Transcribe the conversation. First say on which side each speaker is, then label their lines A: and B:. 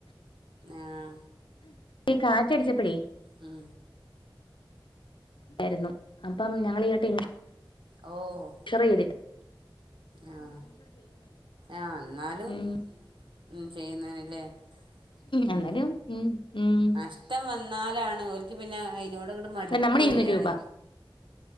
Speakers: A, on the right; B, on the left.
A: ആഹ
B: കാറ്റടിച്ചപയേ
A: ഉം
B: ആായിരുന്നു അപ്പം ഞങ്ങൾ ഈ കേട്ട
A: ഓഹോ
B: റയത് <unintelligible>
A: ആഹ ആഹ എന്നാലും
B: ഉം
A: ഉ ചെയ്യുന്നനല്ലേ ഉ
B: എന്നാലും ഉം ഉം
A: ഇഷ്ടം വന്നാലാണ് ഓലക്ക് പിന്നെ അതിനോട് മടുപ്പ്
B: നമ്മുടെ
A: വരി
B: ഇരുന്നൂറ്
A: ആണ്
B: രൂപ